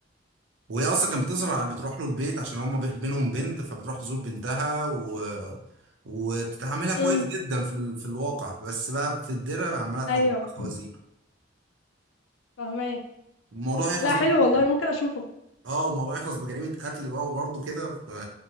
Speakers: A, on the right (about 80°); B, on the left (about 85°).
A: وهي اصلا كانت بتظهر بتروح له البيت عشان هما بي- بينهم بنت فبتروح تزور بنتها و... وتتعاملها كويس
B: امم
A: جدا في ال... في الواقع بس بقى في الدره عماله تحط
B: ايوه
A: خوازير
B: فهماك <laughs>
A: الموضوع هيخلص
B: لا
A: بقى
B: حلو والله ممكن اشوفه
A: اه الموضوع هيخلص بجريمه قتل بقى وبرضه كده ف...